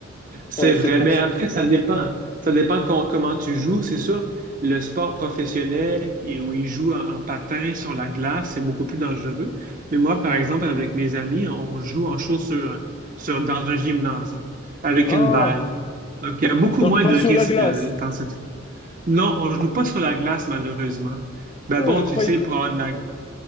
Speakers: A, on the right (about 40°); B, on the left (about 25°).
A: C'est
B: Ouais, c'est
A: vrai,
B: pour
A: mais
B: ça.
A: après, ça dépend. Ça dépend com- comment tu joues, c'est sûr. Le sport professionnel, et où ils jouent en, en patin sur la glace, c'est beaucoup plus dangereux. Mais moi, par exemple, avec mes amis, on joue en chaussures, sur, dans un gymnase, avec
B: Ah,
A: une balle. Donc, il y a beaucoup
B: donc
A: moins
B: pas
A: de
B: sur
A: risques
B: la glace.
A: euh, dans cette... Non, on ne joue pas sur la glace, malheureusement. Ben
B: Ah,
A: bon,
B: je croyais
A: tu sais,
B: que.
A: pour avoir de la